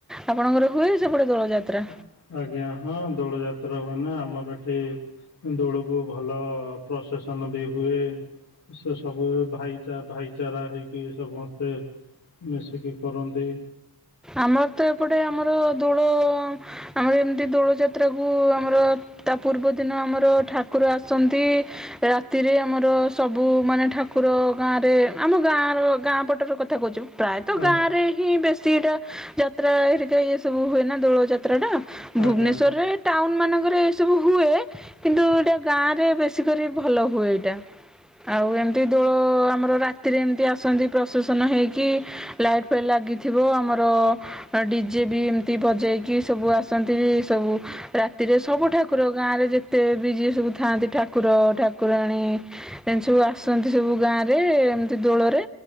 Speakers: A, in the centre; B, on the left.
A: ଆପଣଙ୍କର ହୁଏ ସେପଟେ ଦୋଳଯାତ୍ରା
B: ହଁ। ଆଜ୍ଞା ହଁ ଦୋଳ ଯାତ୍ରା ହୁଏନା ଆମର ଏଠି। ଦୋଳକୁ ଭଲ ପ୍ରସେସନ ବି ହୁଏ। ସେ ସବୁ ଭାଇଚା ଭାଇଚାରା ହେଇକି ସମସ୍ତେ ମିଶିକି କରନ୍ତି।
A: ଆମର ତ ଏପଟେ ଆମର ଦୋଳ ଆମର ଏମିତି ଦୋଳ ଯାତ୍ରା କୁ ଆମର ତା ପୂର୍ବ ଦିନ ଆମର ଠାକୁର ଆସନ୍ତି। ରାତିରେ ଆମର ସବୁ ମାନେ ଠାକୁର ଗାଁରେ ଆମ ଗାଁର ଗାଁ ପଟରେ କଥା କହୁଛି। ପ୍ରାୟତଃ ଗାଁ
B: ଆ-
A: ରେ ହିଁ ବେଶୀଟା ଯାତ୍ରା ହେରିକା ଇଏ ସବୁ ହୁଏ ନା ଦୋଳ ଯା ତ୍ରା ଟା ଭୁବନେଶ୍ୱରରେ
B: ଆଜ୍ଞା
A: ଟାଉନ ମାନଙ୍କରେ ଏ ସବୁ ହୁଏ କିନ୍ତୁ ଏଟା ଗାଁ ରେ ବେଶୀ କରି ଭଲ ହୁଏ ଏଇଟା ଆଉ ଏମତି ଦୋଳ ଆମର ରା ରାତିରେ ଏମିତି ଆସନ୍ତି ପ୍ରସେସନ ହେଇକି ଲାଇଟ୍ ଫାଇଟ ଲାଗିଥିବ ଆମ ର ଡିଜେ ବି ଏମିତି ବଜେଇକି ସବୁ ଆସନ୍ତି ସବୁ ରାତିରେ ସବୁ ଠାକୁର ଗାଁରେ ଯେତେ ବି ଯିଏ ସବୁ ଥାଆନ୍ତି ଠାକୁର ଠାକୁରାଣୀ ଏମତି ସବୁ ଆସନ୍ତି ସବୁ ଗାଁରେ ଏମତି ଦୋଳରେ।